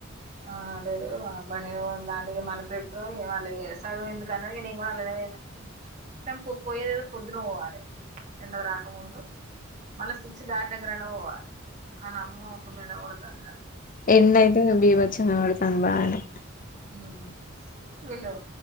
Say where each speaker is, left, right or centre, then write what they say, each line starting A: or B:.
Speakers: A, on the right (about 35°); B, on the left (about 40°).
A: ఆ లేదు లేదు బండి మీద పోదాం రండి ఇగ వాళ్లు పెట్రోలు ఇక వాళ్ళు ఇగ సగం ఎందుకని నేను కూడా అళ్ళనే పోయి కానీ పోయేదదో పొద్దున పోవాలి ఎండ రాకముందు మళ్ళా సిక్స్ దాటి నంకనన్న పోవాలి కానీ అమ్మ ఫుల్ ఎండ కొడతాందిరా
B: ఎండ అయితే బీభత్సంగా కొడతాది బాగానే
A: హు వీళ్ళు